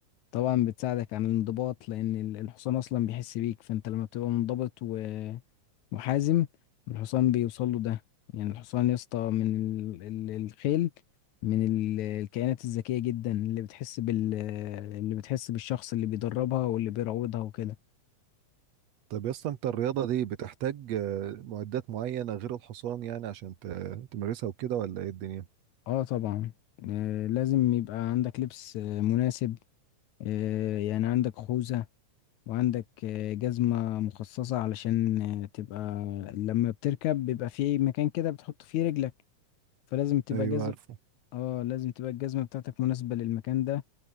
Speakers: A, on the left; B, on the right.
A: طبعا بتساعدك عن الانضباط لان ال- الحصان اصلا بيحس بيك فانت لما بتبقى منضبط ومحازم الحصان بيوصل له ده يعني الحصان يا اسطى من ال- ال- الخيل من ال- الكائنات الذكية جدا اللي بتحس بال اللي بتحس بالشخص اللي بيدربها واللي بيروضها وكده
B: طب يا اسطى انت الرياضة دي بتحتاج آه، معدات معينة غير الحصان يعني عشان ت- تمارسها وكده ولا ايه الدنيا
A: اه طبعا آه لازم يبقى عندك لبس آه مناسب آه يعني عندك خوذة وعندك آه جزمة مخصصة علشان آه تبقى لما بتركب بيبقى في مكان كده بتحط فيه رجلك فلازم تبقى
B: ايوه
A: جزمة
B: عارفه
A: اه لازم تبقى الجزمة بتاعتك مناسبة للمكان ده